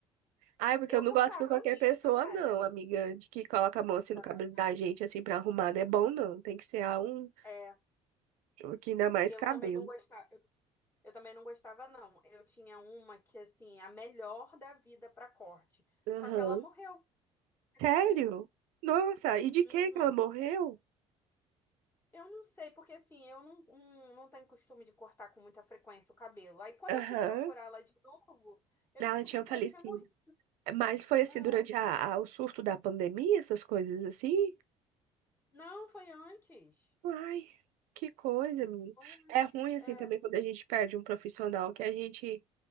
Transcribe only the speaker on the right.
Ai, porque
eu não
gosto com qualquer
pessoa,
não, amiga, de que coloca a mão assim
no cabelo da
gente, assim, pra arrumar, não é bom, não. Tem que ser a um
que ainda mais
cabelo.
Aham.
Sério? Nossa, e de que
que ela morreu?
Aham.
Ela
tinha
falecido.
Mas foi assim,
durante a, a- o surto da pandemia, essas coisas assim?
Ai, que coisa, menina.
É ruim assim
também quando a gente perde um profissional que a gente